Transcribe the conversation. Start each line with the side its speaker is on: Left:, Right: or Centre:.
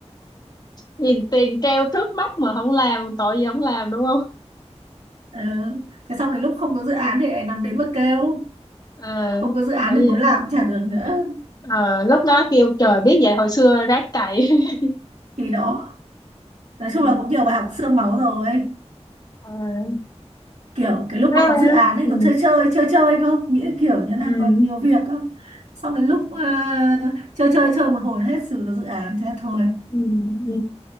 Left: nhìn tiền treo trước mắt mà không làm tội gì không làm đúng
Right: Ờ, thế xong đến lúc không có dự án thì lại nằm đấy mà kêu
Left: à
Right: không có dự án
Left: bởi
Right: thì muốn
Left: vậy
Right: làm cũng chả được nữa
Left: à, lúc đó kêu trời biết vậy hồi xưa ráng cày <laughs>
Right: thì đó nói chung
Left: ừ.
Right: là cũng nhiều bài học xương máu rồi
Left: à,
Right: kiểu cái lúc
Left: thế
Right: mà có
Left: là-
Right: dự án
Left: ừ.
Right: ấy còn chơi chơi chơi chơi không nghĩa kiểu như là
Left: Ừ.
Right: còn nhiều việc cơ xong đến lúc ờ, chơi chơi chơi một hồi hết xử được dự án thế thôi
Left: Ừ. Ừ.